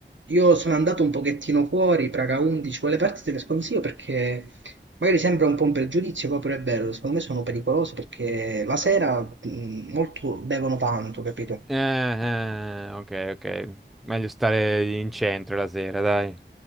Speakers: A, on the right (about 80°); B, in the centre.
A: Io sono andato un pochettino fuori, Praga 11, quelle parti te le sconsiglio perché magari sembra un po' un pregiudizio, poi pure è vero, secondo me sono pericolosi perché la sera mh, molto bevono tanto, capito?
B: Eh, eh, ok, ok. Meglio stare in centro la sera, dai.